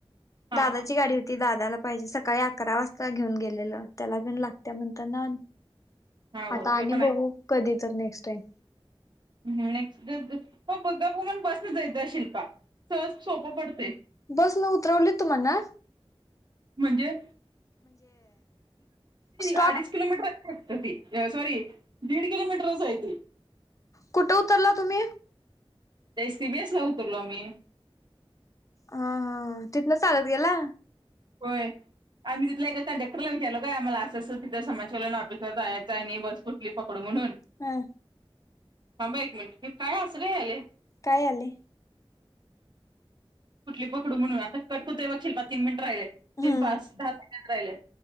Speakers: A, on the right; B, on the left.
A: हा
B: दादाची
A: हा
B: गाडी होती दादाला पाहिजे सकाळी अकरा वाजता घेऊन गेलेलं त्याला पण लागत म्हणत ना
A: हा हो
B: आता आणि
A: ते पण
B: बघू कधी तर नेक्स्ट टाईम
A: ह् नेक्स्ट बाण बसन जायचं शिल्पा सहज सोपं पडतो
B: बसन उतरवले तुम्हाणा
A: म्हणजे
B: स्टॉप
A: अडीच किलोमीटर सॉरी दीड किलोमीटर असच आहे ते
B: कुठं उतरला तुम्ही
A: ते सी बीस ला उतरलो मी
B: हा हा तिथनं चालत गेला
A: होय आम्ही तिथ एका कंडक्रला विचारल काय आम्हाला असं तिथं समाचलन ऑफिसला जायचं आणि बस कुठली फक् ड म्हणून
B: ह
A: हांबा एक मिनट काय असरं आले
B: काय आले
A: कुठली पकडू म्हणून आता कटकुतय बघ खेलप तीन मिनिट राहिले
B: हम्म
A: तीन पाच दहा सेकड राहिले